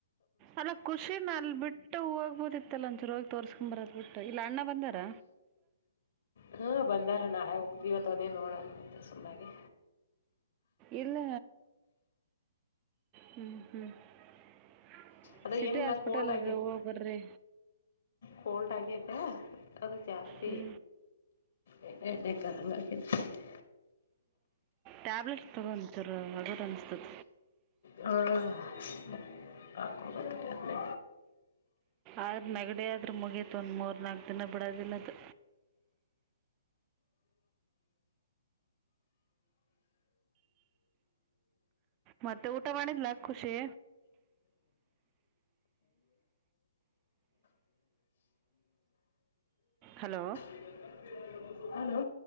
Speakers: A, on the right; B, on the left.
A: ಅಲ್ಲ ಖುಷಿನ ಅಲ್ಲಿ ಬಿಟ್ಟು ಹೋಗ್ಬೋದಿತ್ತಲ್ಲ ಒಂದಂಚೂರು ಹೋಗಿ ತೋರ್ಸ್ಕೊ್ ಬರದ್ ಬಿಟ್ಟು ಇಲ್ಲ ಅಣ್ಣ ಬಂದಾರ
B: ಹ್ಮ ಬಂದಾರ ನಾ ಉಕ್ತಿೀವದೇ ನೋಡಣ ಮತ್ತೆ ಸುಮ್ಮಾಗಿ
A: ಇಲ್ಲ ಹ್ಮ ಹ್ಮ್ <unintelligible>
B: ಅದು
A: ಸಿಟಿ
B: ಏನಿಲ್ಲ
A: ಹಾಸ್ಪಿಟಲ್ಗೆ
B: ಕೋಲ್ಡ್ ಆಗಿದೆ
A: ಹೋಗ್ಬರ್ರಿ.
B: ಕೋಲ್ಡ್ ಆಗೈತೆ ಅದು ಜಾಸ್ತಿ
A: ಹ್ಞೂ
B: <unintelligible>
A: ಟ್ಯಾಬ್ಲೆಟ್ಸ್ ತೊಗೋ ಅಂತರ ಆಗೋದು ಅನಸ್ತದ.
B: ಹಾ <unintelligible> ಹಾಕೋಗತ್ತೆಗೆ ಅಲ್ಲೇ
A: ಆದ ನೆಗಡಿ ಆದರು ಮುಗಿಯತು ಒಂದು ಮೂರು ನಾಲ್ಕು ದಿನ ಬಿಡೋದಿಲ್ಲದು. ಮತ್ತೆ ಊಟ ಮಾಡಿದ್ಲಾ ಖುಷಿ. ಹಲೋ.
B: <unintelligible> ಹಲೋ